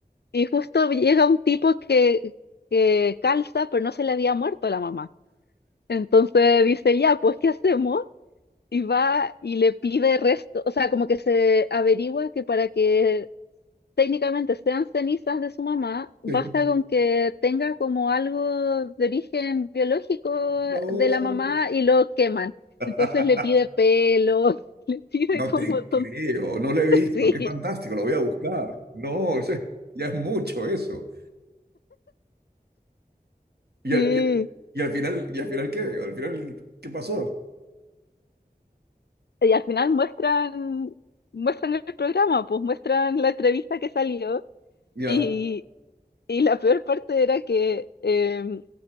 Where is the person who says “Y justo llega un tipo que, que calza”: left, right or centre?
Left